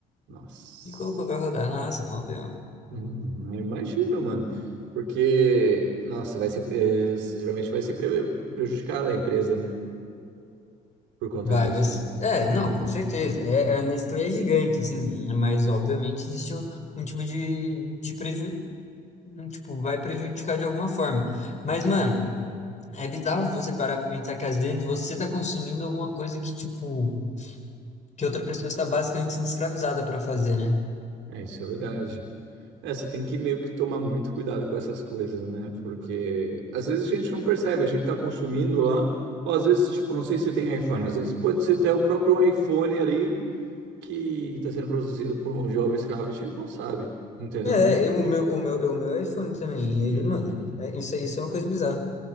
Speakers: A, on the right; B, on the left.
A: Nossa.
B: E colocou pra rodar. Nossa, mó B.O.
A: Hum, eu imagino, mano. Porque, nossa, vai ser, é, geralmente vai ser pre- prejudicada a empresa, né? Por conta
B: Vai,
A: disso,
B: vai. ser-
A: né?
B: É,
A: Uhum.
B: não, com certeza. É, a Nestlé é gigante, assim, né? mas obviamente existe um, um tipo de, de preju... um Tipo, vai prejudicar de alguma forma.
A: Com
B: Mas,
A: certeza.
B: mano, é bizarro você parar pra pensar que às vezes você tá consumindo alguma coisa que, tipo, que outra pessoa está basicamente sendo escravizada pra fazer, né?
A: É, isso é verdade. É, você tem que meio que tomar muito cuidado com essas coisas, né? Porque às vezes a gente não percebe, a gente tá consumindo lá, ou às vezes, tipo, não sei se tem iPhone, às vezes pode ser até o próprio iPhone ali que tá sendo produzido por mão de obra escrava, a gente não sabe, entendeu?
B: É, eu- o meu, o meu, é o meu é iPhone também. E
A: Uhum.
B: aí, mano, é, isso, isso é uma coisa bizarra.